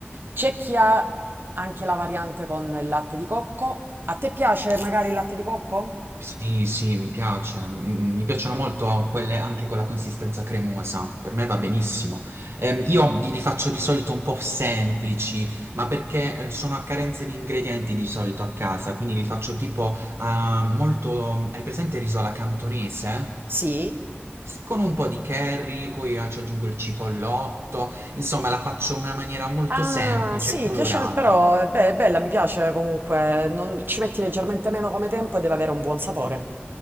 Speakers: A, on the right; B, on the right.
A: C'è chi ha anche la variante con il latte di cocco. A te piace magari il latte di cocco?
B: sì, sì, mi piace. Mm, Mi piacciono molto quelle anche con la consistenza cremosa. Per me va benissimo. Ehm, io li li faccio di solito un po' semplici, ma perché eh, sono a carenza di ingredienti di solito a casa, quindi li faccio tipo ah, molto... Hai presente il riso alla cantonese?
A: Sì?
B: S- Con un po' di curry, poi ah, ci aggiungo il cipollotto, insomma la faccio in una maniera molto
A: Ah,
B: semplice
A: sì,
B: e colorata.
A: piace, però eh, beh, è bella, mi piace comunque. Non- ci metti leggermente meno come tempo e deve avere un buon sapore.